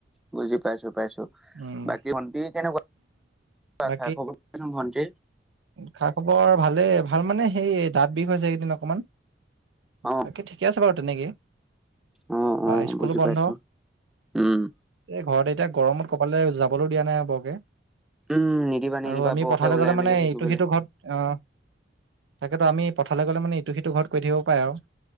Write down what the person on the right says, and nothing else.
উম
উ
খা খবৰ ভালেই। ভাল মানে সেই দাঁত বিষ হৈছে একেইদিন অকমান
বাকে ঠিকে আছে বাৰু তেনেকে।
বা স্কুলো
বন্ধ
ঘৰতে। এতিয়া গৰমত কবালে যাবলেও দিয়া নাই বৰকে।
আৰু আমি
পথালে
গলে মানে
ইটো সিটো ঘৰত আহ তাকেতো আমি পথালে গ'লে মানে ইটো সিটো ঘৰত কৰি থাকিব পাৰে আও।